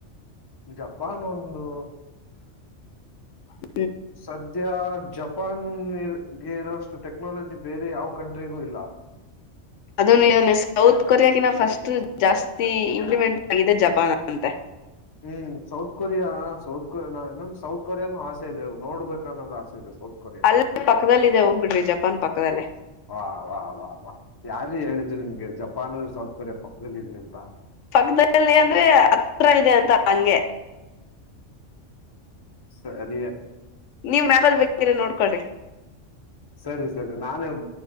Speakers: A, on the left; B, on the left.
A: ಜಪಾನ್ ಒಂದು
B: ಹ <inaudible>
A: ಸದ್ಯ ಜಪಾನ್ಗೆರಷ್ಟು ಟೆಕ್ನಾಲಜಿ ಬೇರೆ ಯಾವ್ ಕಂಟ್ ಗೂ ಇಲ್ಲ
B: ಅದನ್ನು ಸೌತ್ ಕೊರಿಯಾಕಿನ ಫಸ್ಟ್ ಜಾಸ್ತಿ ಇಂಪ್ಲಿಮೆಂಟ್ ಆಗಿದೆ ಜಪಾನ್ ಅಂತೆ
A: ಹ್ಮ್ ಸೌತ್ ಕೊರಿಯಾ ಸೌತ್ ಕೊರಿಯಾ ನಾ ಇನ್ನೊಂದು್ ಸೌತ್ ಕೊರಿಯಾನು ಆಸೆ ಇದೆ ನೋಡ್ಬೇಕು ಅನ್ನೋದು ಆಸೆ ಇದೆ ಸೌತ್ ಕೊರಿಯಾ
B: ಅಲ್ಲೇ ಪಕ್ಕದಲ್ಲಿ ಇದೆ ಹೋಗ್ಬಿಡ್ರಿ ಜಪಾನ್ ಪಕ್ಕದಲ್ಲೇ
A: ವಾ ವಾಹ್ ವಾಹ್ ವಾಹ್ ಯಾರು ಹೇಳಿದ್ದ್ ನಿಮ್ಗೆ ಜಪಾನ್ ಸೌತ್ ಕೊರಿಯಾ ಪಕ್ಕದದಲ್ಲಿ ಇದೆ ಅಂತ
B: ಪಕ್ಕದಲ್ಲಿ ಅಂದ್ರೆ ಹತ್ರ ಇದೆ ಅಂತ ಹಂಗೆ
A: ಸ ಅದ
B: ನೀವ್ ಮ್ಯಾಪಲ್ ಬೇಕಿರ ನೋಡ್ಕೊಳ್ರಿ
A: ಸರಿ ಸರಿ ನಾನೇ